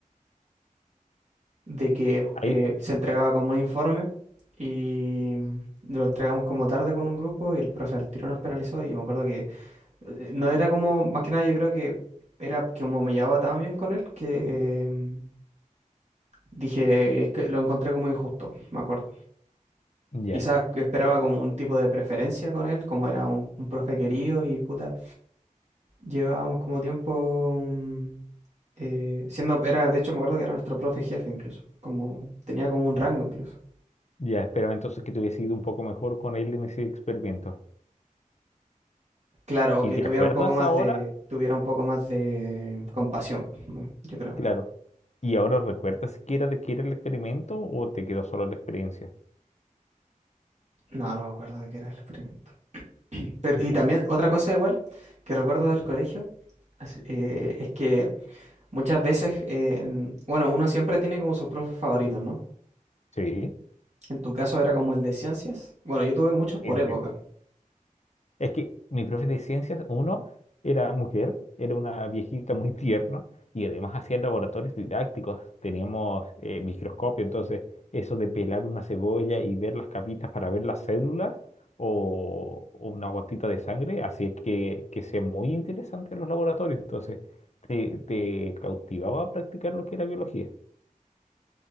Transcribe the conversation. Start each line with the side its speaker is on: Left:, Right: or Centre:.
Right: de que
Left: Ahí,
Right: eh, se entregaba como un informe y mm, lo entregamos como tarde con un grupo y el profe al tiro nos penalizó y yo me acuerdo que eh, no era como, más que nada yo creo que era que como me llevaba tan bien con él que em, dije, es que lo encontré como injusto, me acuerdo.
Left: ya,
Right: Quizás que esperaba como un tipo de preferencia con él, como era un, un profe querido y puta, llevábamos como tiempo... mm, eh, siendo, era, de hecho me acuerdo que era nuestro profe jefe incluso, como tenía como un rango incluso.
Left: ya esperaba entonces que te hubiese ido un poco mejor con él en ese experimento.
Right: Claro, o
Left: ¿Y
Right: que
Left: te
Right: tuviera
Left: acuerdas
Right: un poco más
Left: ahora?
Right: de, tuviera un poco más de compasión, ¿no? yo creo.
Left: Claro. ¿Y ahora recuerdas siquiera de qué era el experimento o te quedó solo la experiencia?
Right: No, no me acuerdo de qué era el experimento. Pero,
Left: Ya.
Right: y también otra cosa igual que recuerdo del colegio as- eh, es que muchas veces, eh, en- bueno, uno siempre tiene como sus profes favoritos, ¿no?
Left: Sí.
Right: En tu caso era como el de ciencias. Bueno, yo tuve muchos por
Left: Ciencia.
Right: época,
Left: Es que mi profe de ciencias, uno, era mujer, era una viejita muy tierna y además hacía laboratorios didácticos. Teníamos eh, microscopio, entonces eso de pelar una cebolla y ver las capitas para ver las células o, o una gotita de sangre hacía que, que sea muy interesante los laboratorios. Entonces te, te cautivaba a practicar lo que era biología.